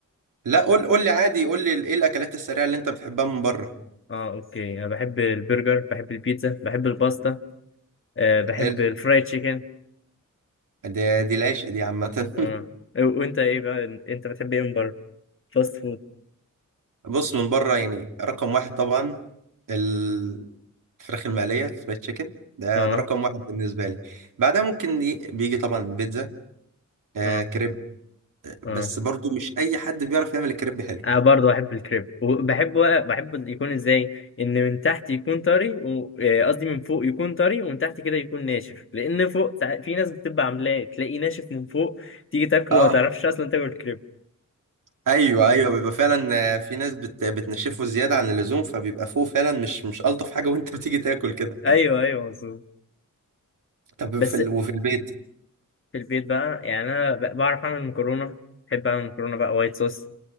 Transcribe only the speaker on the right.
لا قول قول لي عادي قول لي ايه الاكلات السريعه اللي انت بتحبها من بره
حلو.
دي دي العشق دي عامة
<laughs> بص من بره يعني رقم واحد طبعا ال- الفراخ المقلية الفرايد تشيكن ده
ده رقم واحد بالنسبة لي بعدها ممكن ي- بيجي طبعا بيتزا آه
كريب
بس برضو مش أي حد بيعرف يعمل الكريب حلو
اه
ايوه ايوه بيبقى فعلا آه، في ناس بت بتنشفه زيادة عن اللزوم فبيبقى فوق فعلا مش مش ألطف حاجة وانت <laughs> بتيجي تاكل كده
<laughs> طب
في ال... وفي البيت